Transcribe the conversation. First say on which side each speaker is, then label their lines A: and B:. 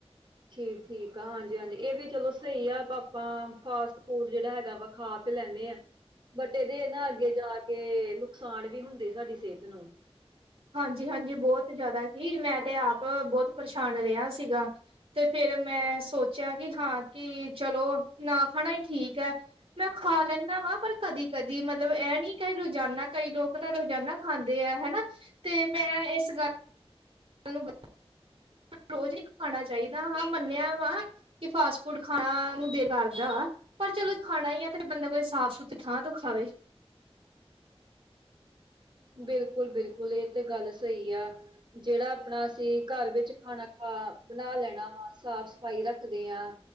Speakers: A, on the right; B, on the right.
A: ਠੀਕ ਠੀਕ ਆ, ਹਾਂਜੀ ਹਾਂਜੀ ਏ ਵੀ ਚਲੋ ਸਹੀ ਐ ਆਪਾਂ ਫਾਸਟ-ਫੂਡ ਜੇੜਾ ਹੈਗਾ ਵਾ ਖਾ ਲੈਂਣੇ ਆਂ। ਬਟ ਇਦੇ ਇਹ ਨਾ ਅੱਗੇ ਜਾ ਕੇ ਨੁਕਸਾਨ ਵੀ ਹੁੰਦੇ ਸਾਡੀ ਸਿਹਤ ਨੂੰ
B: ਹਾਂਜੀ ਹਾਂਜੀ ਬਹੁਤ ਜ਼ਿਆਦਾ ਸੀ ਮੈਂ ਤੇ ਆਪ ਬਹੁਤ ਪਰੇਸ਼ਾਨ ਰਿਹਾ ਸੀਗਾ ਤੇ ਫੇਰ ਫਿਰ ਮੈਂ ਸੋਚਿਆ ਕਿ ਹਾਂ ਕਿ ਚਲੋ ਨਾ ਖਾਣਾ ਹੀ ਠੀਕ ਹੈ ਮੈਂ ਖਾ ਲੈਂਦੀ ਵਾ ਪਰ ਕਦੀ ਕਦੀ ਮਤਲਬ ਇਹ ਨੀ ਕਿ ਰੋਜ਼ਾਨਾ ਕਈ ਲੋਕ ਤਾਂ ਰੋਜ਼ਾਨਾ ਖਾਂਦੇ ਹੈ ਹਨਾ ਤੇ ਮੈਂ ਇਸ ਗੱਲ ੂੰ ਗੱ ਰੋਜ਼ ਹੀ ਖਾਣਾ ਚਾਹੀਦਾ ਹਾਂ ਮੰਨਿਆ ਵਾ ਕਿ ਫਾਸਟ ਫੂਡ ਖਾਣਾ ਨੂੰ ਦਿਲ ਕਰਦਾ ਵਾ ਚਲੋ ਖਾਣਾ ਈ ਆ ਤਾਂ ਬੰਦਾ ਕੋਈ ਸਾਫ- ਸੁਥਰੀ ਥਾਂ ਤੋਂ ਖਾਵੇ
A: ਬਿਲਕੁਲ ਬਿਲਕੁਲ ਇਹ ਤੇ ਗੱਲ ਸਹੀ ਆ ਜਿਹੜਾ ਆਪਣਾ ਅਸੀਂ ਘਰ ਵਿੱਚ ਖਾਣਾ ਖਾ ਬਣਾ ਲੈਣਾ ਵਾ ਸਾਫ਼ ਸਫ਼ਾਈ ਰੱਖਦੇ ਹਾਂ